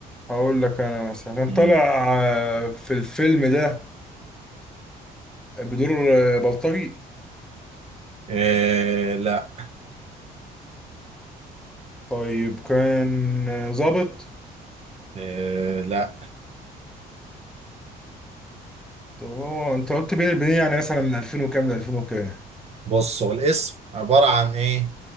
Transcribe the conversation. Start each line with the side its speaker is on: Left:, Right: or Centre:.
Centre: هقول لك انا مثلا كان
Right: امم
Centre: طالع آه، في الفيلم ده بدور آه، بلطجي
Right: إيه لا
Centre: طيب كان آه، ظابط
Right: إيه لا
Centre: طب هو انت قلت بيه بيه يعني مثلا من 2000 وكام ل 2000 وكام
Right: بص هو الاسم عبارة عن ايه؟